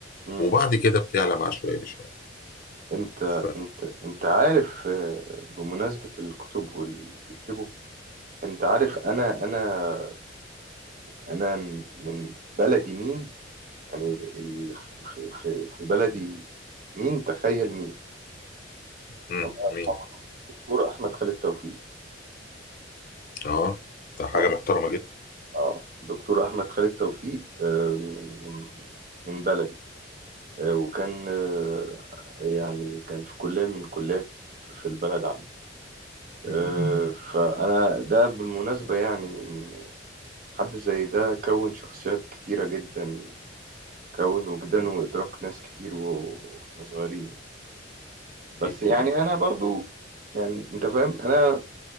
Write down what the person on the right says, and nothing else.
مم.
انت
انت انت عارف آه، بمناسبة الكتب واللي بيكتبوا انت عارف انا انا انا من بلدي مين يعني ال- ال- في في في بلدي مين تخيل مين
الله يرحمه
دكتور احمد خالد توفيق
اه
اه دكتور احمد خالد توفيق آه، من من من بلدي آه، وكان آه، يعني كان في كلية من الكليات في البلد عندي آه،
فأنا ده بالمناسبة يعني إن حد زي ده كون شخصيات كتيرة جدا كون وجدان وإدراك ناس كتير و- وإحنا صغيرين يعني. بس
يعني أنا برضو يعني أنت فاهم أنا